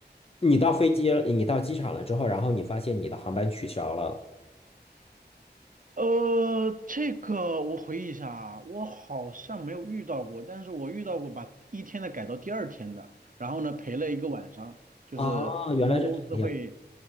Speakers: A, on the left; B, on the right.
A: 你到飞机，你到机场了之后，然后你发现你的航班取消了。
B: 呃，这个我回忆一下啊，我好像没有遇到过，但是我遇到过把第一天的改到第二天的，然后呢赔了一个晚上，就是航空公司会，
A: 啊，原来是这个样子。